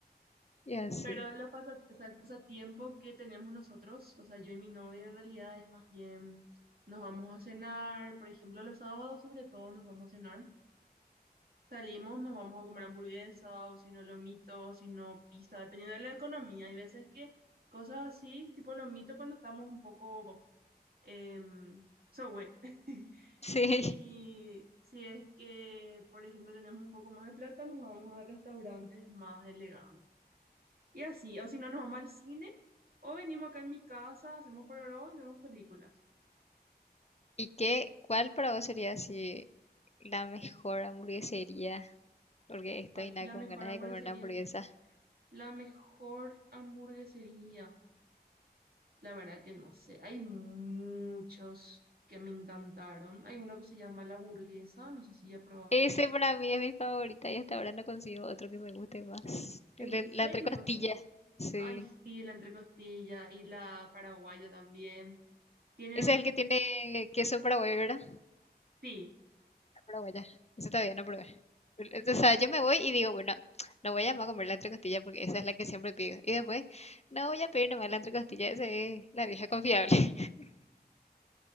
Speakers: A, on the left (about 40°); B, on the right (about 65°).
A: Y así.
B: Pero
A: <laughs>
B: los pasa, o sea, el pasatiempo que tenemos nosotros, o sea, yo y mi novio en realidad es más bien, nos vamos a cenar, por ejemplo, los sábados sobre todo nos vamos a cenar, salimos, nos vamos a comer hamburguesa, o si no lomito, o si no pizza, dependiendo de la economía. Hay veces que cosas así, tipo lomito cuando estamos un poco, eh, Subway. <laughs>
A: Sí.
B: Y si es que, por ejemplo, tenemos un poco más de plata, nos vamos a restaurantes más elegantes. Y así, o si no, nos vamos al cine o venimos acá en mi casa, hacemos pororó y vemos películas.
A: ¿Y qué, cuál para vos sería así la mejor hamburguesería? Porque estoy
B: Ay,
A: nada
B: la
A: con
B: mejor
A: ganas
B: hamburguesería.
A: de comer una hamburguesa.
B: La mejor hamburguesería. La verdad que no sé. Hay muchos que me encantaron. Hay uno que se llama La Burguesa, no sé si ya probaste.
A: Ese para mí es mi favorita y hasta ahora no consigo otro que me guste más.
B: ¿En
A: El de-
B: serio?
A: la entrecostilla. Sí.
B: Ay, sí, la entrecostilla y la paraguaya también. Tienen,
A: Ese es el que tiene queso para ¿verdad?
B: sí.
A: Pero bueno, eso todavía no probé. O sea, yo me voy y digo, bueno, no voy a llamar a comer la entrecostilla porque esa es la que siempre pido. Y después, no voy a pedir nomás la entrecostilla, esa es la vieja confiable. <laughs>